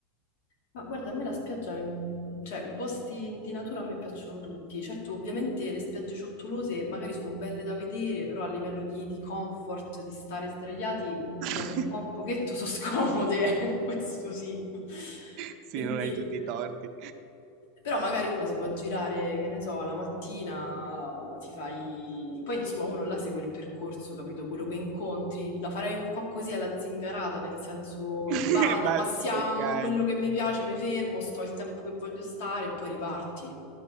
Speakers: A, on the left; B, on the right.
A: Ma guarda, a me la spiaggia, mm, cioè i posti di natura a me piacciono tutti. Certo, ovviamente le spiagge ciottolose magari sono belle da vedere, però a livello di, di comfort, di stare sdraiati, mm,
B: <laughs>
A: dopo un po' un pochetto sono scomode, eh, <laughs> Questo sì.
B: Sì,
A: Quindi
B: non hai tutti i torti.
A: Però magari uno si può girare, che ne so, la mattina ti fai... Poi insomma uno là segue il percorso, capito? Quello che incontri, la farei un po' così alla zingarata, nel senso
B: <laughs>
A: vado,
B: Bye.
A: passiamo,
B: Ok.
A: quello che mi piace mi fermo, sto il tempo che voglio stare e poi riparti.